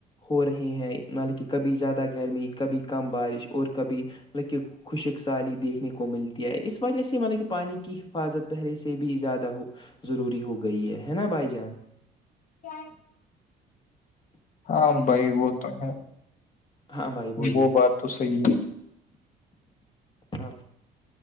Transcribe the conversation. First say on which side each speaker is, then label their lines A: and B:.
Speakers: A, on the left; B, on the left.
A: ہو رہے ہیں مے کہ کبھی زیادہ گرمی کبھی کم بارش اور کبھی مطلب کہ خشک سالی دیکھنے کو ملتی ہے اس وجہ سے مطلب کہ پانی کی حفاظت پہلے سے بھی زیادہ ہو ضروری ہو گئی ہے نا بھائی جان
B: سن ہاں بھائی وہ تو ہے
A: ہاں بھائی بولیے
B: وہ بات تو صحیح ہے
A: ہاں